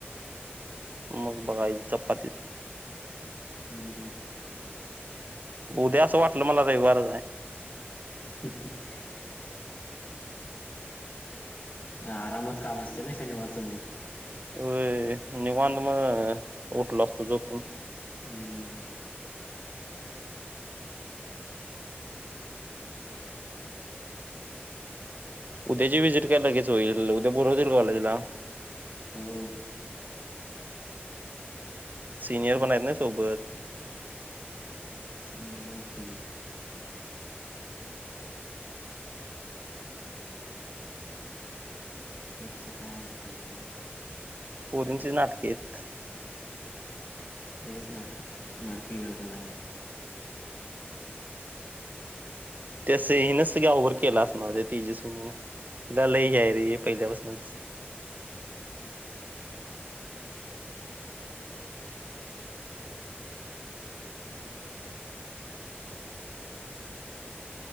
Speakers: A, on the right; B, on the left.
A: मग बघा चपातीचा
B: हम्म हम्म
A: उद्या असं वाटलं मला रविवारच आहे
B: ह्म ह आरामात काम असतें ना शनिवारच म
A: अ निवांध मग उठला असतो जोप पण
B: हम्म
A: उद्याची व्हिजिट कय लगेच होईल उद्या बोोलवतील कॉलेजला
B: हो
A: सिनियर पण आहेत ना सोबत
B: सिनियर सिनियर स काय भेंडी
A: पोरींचे नाटक आहेत
B: बच नाटक नाटकी करता जा
A: त्या स हिनच सगळ्या ओव्हर केला असणार तेजस्वीनीन तिला लई याय र पहिल्यापासूनच